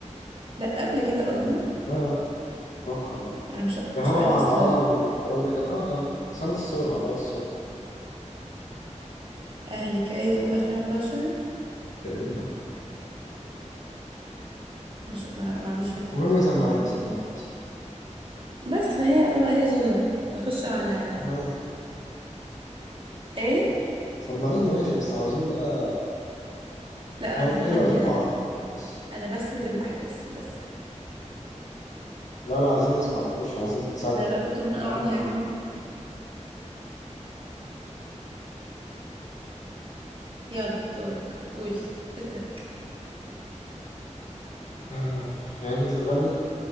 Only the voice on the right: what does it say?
لا قبل كده اظن
انا مش
مش
عارفه
الصراحه
اهل كايرو 2011
مش ما, لا، ما عنديش فكره
بصراحه
مش عارفه
بس فهي هي زهرة نخش على
ايه
لا انا
مش
بغني
انا ب...
انا بسرد الاحداث بس
لا لا صوت المرأة
عورة يا عم يلا دورك قول ستة